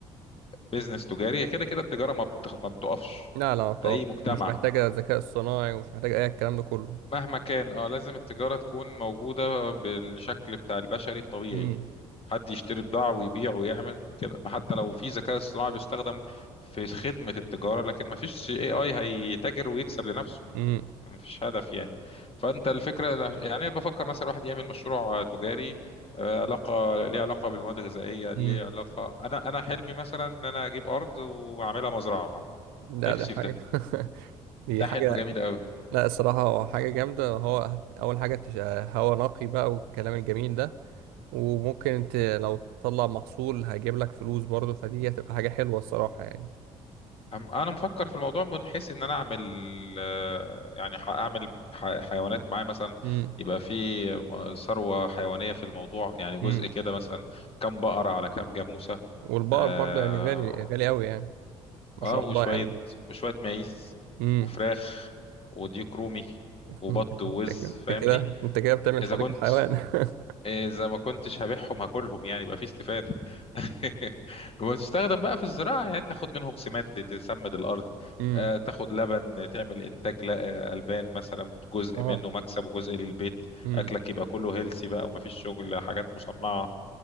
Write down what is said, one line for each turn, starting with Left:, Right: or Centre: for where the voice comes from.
Left: بيزنس تجاري هي كده كده التجاره ما بتخ- ما بتقفش
Right: لا لا طبعا
Left: في اي مجتمع
Right: ومش محتاجة الذكاء الصناعي ومش محتاجة اي الكلام ده كله
Left: مهما كان اه لازم التجاره تكون موجوده بالشكل بتاع البشري الطبيعي
Right: امم
Left: حد يشتري بضاعه ويبيع ويعمل كده حتى لو في ذكاء اصطناعي بيستخدم في خدمه التجاره لكن ما فيش اي اي هيتاجر ويكسب لنفسه
Right: امم
Left: مفيش هدف يعني فانت الفكره يعني بفكر مثلا الواحد يعمل مشروع تجاري آه، علاقه ليه علاقه بالمواد الغذائيه ليه
Right: امم
Left: علاقه انا انا حلمي مثلا ان انا اجيب ارض واعملها مزرعه
Right: لا
Left: نفسي
Right: دي حاجة
Left: في ده
Right: <laughs> دي
Left: ده
Right: حاجة
Left: حلم جميل قوي
Right: لا الصراحة هو حاجة جامدة هو هت- أول حاجة تش- هوا نقي بقى والكلام الجميل ده وممكن انت لو تطلع محصول هيجيب لك فلوس برضه فدي هتبقى حاجة حلوة الصراحة يعني
Left: أم- انا مفكر في الموضوع من حيث ان انا اعمل آه، يعني ح- اعمل ح- حيوانات معايا مثلا
Right: امم
Left: يبقى في آه، ثروه حيوانيه في الموضوع يعني جزء
Right: امم
Left: كده مثلا كم بقره على كم جاموسه
Right: والبقر
Left: آه،
Right: برضه يعني غالي غالي أوي يعني ما
Left: اه
Right: شاء
Left: وشوية
Right: الله يعني
Left: وشوية معيز
Right: امم
Left: وفراخ وديك رومي
Right: <laughs>
Left: وبط ووز
Right: انت انت
Left: فاهمني
Right: كده انت كده بتعمل
Left: اذا
Right: حديقة
Left: كنت
Right: حيوان <laughs>
Left: اذا ما كنتش هبيعهم هاكلهم يعني يبقى في استفادة <laughs> وتستخدم بقى في الزراعة يعني تاخد منهم سماد تسمد الارض
Right: امم
Left: آه، تاخد لبن تعمل انتاج ل- آه، البان مثلا جزء
Right: اه
Left: منه مكسب وجزء للبيت
Right: امم
Left: اكلك يبقى كله هيلسي بقى ومفيش شغل حاجات مصنعة